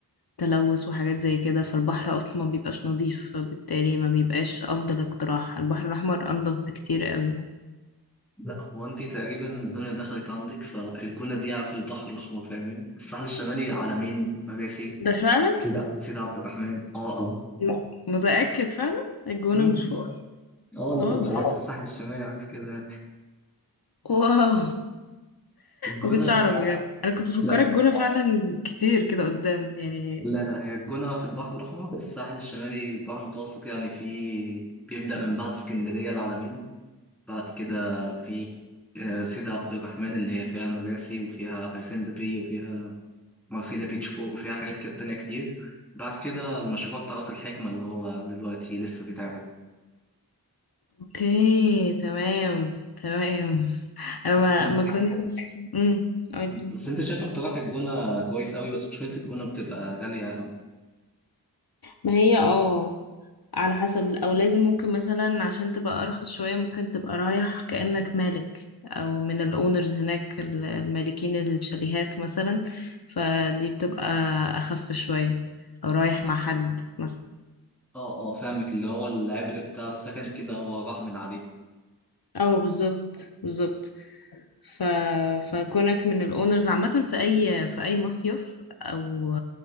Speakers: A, on the left; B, in the centre.
A: تلوث وحاجات زي كده فالبحر اصلا ما بيبقاش نظيف بالتالي ما بيبقاش افضل اقتراح البحر الاحمر انضف بكتير قوي يعني
B: لا هو انت تقريبا الدنيا دخلت عندك فالجونة دي على في البحر الأحمر فاهماني الساحل الشمالي على مين مراسي
A: ده فعلا
B: سيدة سيدة عبد الرحمن اه اه اه
A: م- لا متأكد فعلا الجونة
B: م-م.
A: مش فوق
B: اه انا
A: واو
B: كنت شغال في الساحل الشمالي عارف كده
A: واو
B: الجونة
A: ما كنتش اعرف بجد انا كنت مفكره
B: لا
A: الجونة فعلا كتير كده قدام يعني
B: لا لا هي الجونة في البحر الأحمر الساحل الشمالي البحر المتوسط يعني في بيبدأ من بعد اسكندرية العلمين بعد كده في آه، سيدة عبد الرحمن اللي هي فيها مراسي وفيها هيسندا بي وفيها مارسيليا بيتش فور وفيها حاجات كده تانية كتير بعد كده المشروع بتاع راس الحكمة اللي هو دلوقتي لسه بيتعمل
A: اوكي تمام تمام انا
B: بس
A: ما
B: انت
A: ما كنتش امم قولي
B: بس انت شايف اقتراح الجونة كويس قوي بس مشكلة الجونة بتبقى غالية قوي
A: ما هي اه على حسب او لازم ممكن مثلا عشان تبقى ارخص شوية ممكن تبقى رايح كأنك مالك او من الاونرز هناك المالكين الشاليهات مثلا فدي بتبقى اخف شوية او رايح مع حد مثلا
B: اه اه فاهمك اللي هو العبء بتاع السكن كده هو راح من عليه
A: اه بالظبط بالظبط ف... فكونك من الاونرز عامة في اي في اي مصيف او